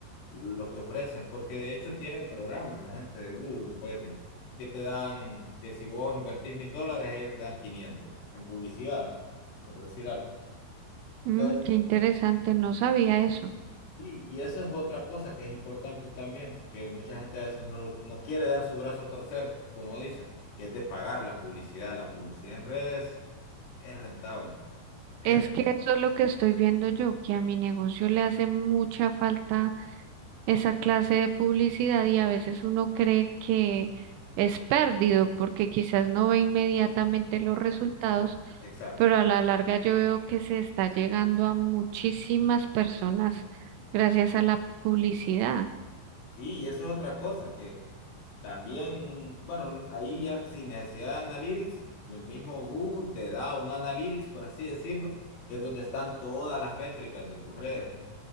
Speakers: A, on the left; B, on the right.
A: lo que ofrecen, porque de hecho tienen programas, la gente de Google, pues, de- que te dan, que si vos invertís mil dólares, ellos te dan 500 en publicidad, por decir algo. Entonces,
B: mm, qué interesante, no sabía eso.
A: y, y eso es otra cosa que es importante también, que mucha gente a veces no, no quiere dar su brazo a torcer, como dicen, que es de pagar la publicidad. La publicidad en redes es rentable, es
B: Es
A: rentable.
B: que eso es lo que estoy viendo yo, que a mi negocio le hace mucha falta. esa clase de publicidad y a veces uno cree que es perdido porque quizás no ve inmediatamente los resultados,
A: Exacto.
B: pero a la larga yo veo que se está llegando a muchísimas personas gracias a la publicidad.
A: Sí, y eso es otra cosa, que También, bueno, ahí ya sin necesidad de Analytics, el mismo Google te da un Analytics, por así decirlo, que es donde están todas las métricas de tus redes, ¿no?